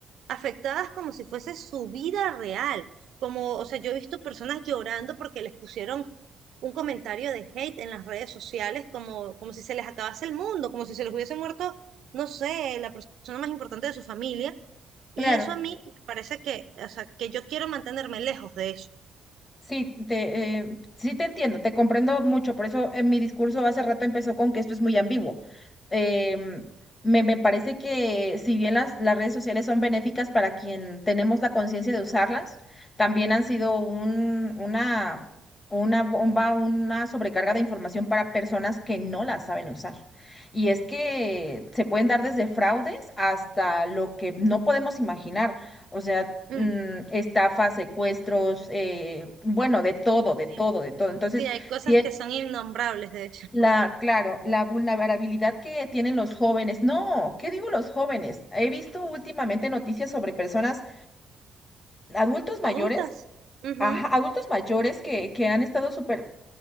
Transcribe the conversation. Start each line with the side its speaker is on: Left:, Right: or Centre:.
Right: afectadas como si fuese su vida real. Como, o sea, yo he visto personas llorando porque les pusieron un comentario de hate en las redes sociales, como, como si se les acabase el mundo, como si se les hubiese muerto, no sé, la persona más importante de su familia. Y
Left: Claro.
Right: eso a mí me parece que, o sea, que yo quiero mantenerme lejos de eso.
Left: Sí, te, eh, sí te entiendo, te comprendo mucho, por eso en mi discurso hace rato empezó con que esto es muy ambiguo. Em, me, me parece que si bien las, las redes sociales son benéficas para quien tenemos la conciencia de usarlas, también han sido un, una, una bomba, una sobrecarga de información para personas que no las saben usar. Y es que se pueden dar desde fraudes hasta lo que no podemos imaginar. O sea,
Right: Mm.
Left: mm, estafas, secuestros, eh, bueno, de todo, de
Right: Sí,
Left: todo, de todo. Entonces,
Right: Sí, hay cosas
Left: si es
Right: que son innombrables, de hecho.
Left: la, claro, la vulnerabilidad que tienen los jóvenes, no, ¿qué digo los jóvenes? He visto últimamente noticias sobre personas, adultos mayores,
Right: adultas. Ujú,
Left: ajá, adultos mayores que, que han estado súper